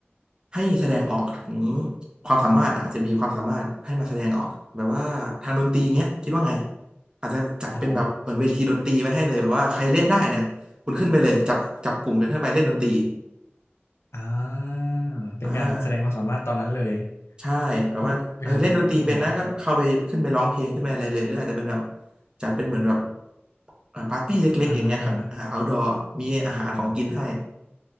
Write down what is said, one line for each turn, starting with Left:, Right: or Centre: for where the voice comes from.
Right: ให้แสดงออกถึงความสามารถอะอาจจะมีความสามารถให้มาแสดงออกแบบว่าทางดนตรีเงี้ยคิดว่าไงอาจจะจัดเป็นแบบเหมือนเวทีดนตรีไว้ให้เลยแบบว่าใครเล่นได้นะคุณขึ้นไปเลยจับจับกลุ่มกันขึ้นไปเล่นดนตรี
Left: อ๋อ อ่าเป็นการแสดงความสามารถตอนนั้นเลย
Right: อ่าใช่แบบว่าเออเล่นดนตรีเป็นนะก็เข้าไปขึ้นไปร้องเพลงขึ้นไปอะไรเลยหรืออาจจะเป็นแบบ
Left: เพราะเวลาก็ก็ดูเหมาะอยู่นะ
Right: จัดเป็นเหมือนแบบอ่าปาร์ตี้เล็กๆอย่างเงี้ยครับอ่า
Left: อ่าฮะอ่าฮะ
Right: outdoor มีอาหารของกินให้